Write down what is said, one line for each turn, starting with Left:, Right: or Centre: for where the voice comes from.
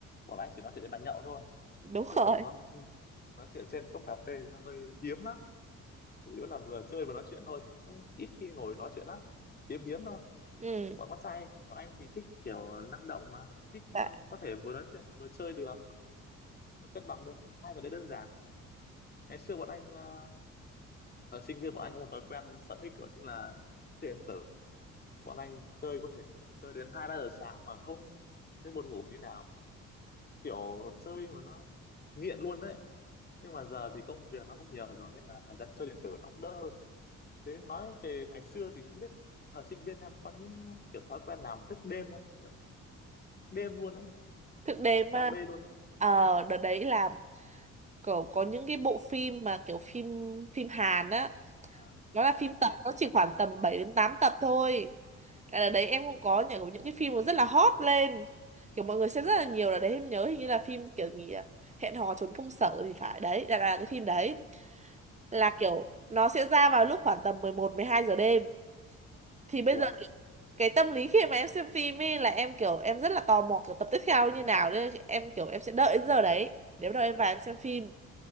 Left: bọn anh chỉ nói chuyện đến bàn nhậu thôi
Right: đúng
Left: chứ
Right: <laughs> rồi
Left: còn nói trên nói chuyện trên cốc cà phê nó hơi hiếm lắm chủ yếu là vừa chơi vừa nói chuyện thôi chứ cũng ít khi ngồi nói chuyện lắm hiếm hiếm thôi
Right: ừ
Left: bọn con trai bọn anh thì thích kiểu năng động mà thích ờ,
Right: dạ
Left: có thể vừa nói chuyện vừa chơi được nó cân bằng được hai cái đấy đơn giản ngày xưa bọn anh ờ, thời sinh viên bọn anh có một thói quen sở thích đó chính là chơi điện tử bọn anh chơi có thể chơi đến hai ba giờ sáng mà không thấy buồn ngủ tí nào kiểu chơi mà nó nghiện luôn đấy nhưng mà giờ thì công việc nó cũng nhiều rồi nên là thời gian chơi điện tử nó cũng đỡ hơn thế nói về ngày xưa thì không biết thời sinh viên em có những kiểu thói quen nào mà thức đêm không kiểu đêm luôn đấy
Right: thực đề mà
Left: đam mê luôn đấy
Right: ờ đợt đấy là kiểu có những cái bộ phim mà kiểu phim phim Hàn á
Left: à,
Right: nó là
Left: là
Right: phim
Left: xem
Right: tập
Left: phim
Right: nó
Left: nhỉ
Right: chỉ khoảng tầm 7 đến 8 tập thôi Tại là đấy em cũng có
Left: ừ.
Right: những những cái phim nó rất là hot lên kiểu mọi người xem rất là nhiều là đấy em nhớ hình như là phim kiểu gì à? hẹn hò trốn công sở thì phải đấy là, là cái phim đấy là
Left: à,
Right: kiểu nó sẽ ra vào lúc khoảng tầm mười một mười hai giờ đêm thì bây
Left: Ủa,
Right: giờ cái, cái tâm lý khi mà em xem phim ấy là em kiểu em rất là tò mò kiểu tập tiếp theo như nào nên em kiểu em sẽ đợi đến giờ đấy để bắt đầu em vào em xem phim